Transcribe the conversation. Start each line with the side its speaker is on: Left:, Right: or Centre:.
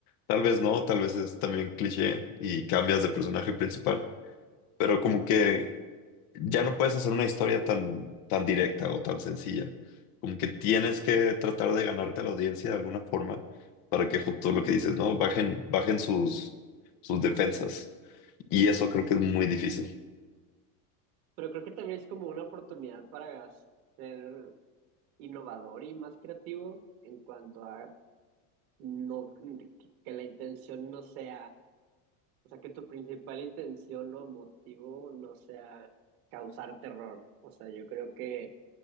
Left: tal vez no, tal vez es también cliché y cambias de personaje principal, pero como que ya no puedes hacer una historia tan, tan directa o tan sencilla. Como que tienes que tratar de ganarte a la audiencia de alguna forma para que justo lo que dices, ¿no? Bajen, bajen sus, sus defensas. Y eso creo que es muy difícil.
Right: Pero creo que también es como una oportunidad para ser innovador y más creativo en cuanto a no que que la intención no sea, o sea, que tu principal intención o motivo no sea causar terror. O sea, yo creo que